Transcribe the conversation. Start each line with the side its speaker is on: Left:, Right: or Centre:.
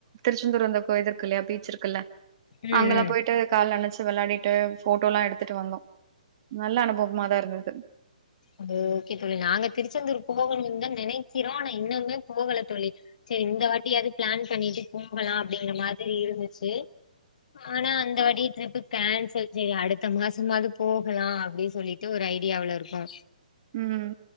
Right: திருச்செந்தூர் வந்தக்கூ இது இருக்கு இல்லையா பீச்சு இருக்குல்ல
Left: ம் ம்
Right: அங்கல்லா போய்ட்டு கால் நனைச்சு வெளையாடிட்டு ஃபோட்டோல்லா எடுத்துட்டு வந்தோ நல்ல அனுபவமாதா இருந்தது
Left: அது ஓகே தோழி நாங்க திருச்செந்தூர் போகணும்னு தா நெனைக்கிறோ ஆனா இன்னுமே போகல தோழி செரி இந்த வாட்டியாது பிளான் பண்ணிட்டு போகலா அப்டிங்கிற மாதிரி இருந்துச்சு ஆனா அந்த வாட்டியு ட்ரிப்பு கேன்ஸ் ப்ப செரி அடுத்த மாசமாவ்து போகலா அப்டி சொல்லிட்டு ஒரு ஐடியாவுல இருக்கோ
Right: உம்